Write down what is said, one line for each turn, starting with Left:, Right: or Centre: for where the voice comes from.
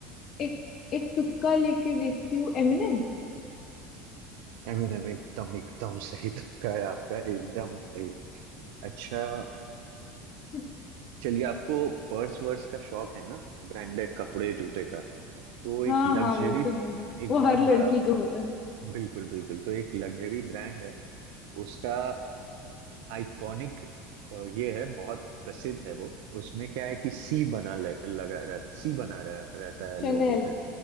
Left: एक एक तुक्का लेके देखती हूँ एमिनेम
Right: एमिनेम एकदम एकदम सही तुक्का है आपका एकदम सही अच्छा
Left: <laughs>
Right: चलिए आपको पर्स वर्स का शौक है ना ब्रांडेड कपड़े जूते का तो एक
Left: हाँ
Right: लग्जरी
Left: हाँ वो तो है ही
Right: एक
Left: वो
Right: बहुत
Left: हर लड़की
Right: बड़ा
Left: को होता है
Right: बिल्कुल बिल्कुल तो एक लग्जरी ब्रांड है उसका आइकॉनिक ये है बहुत प्रसिद्ध है वो उसमें क्या है कि सी बना ल- लगा रह, सी बना रह, रहता है
Left: शनेल
Right: लोगों पे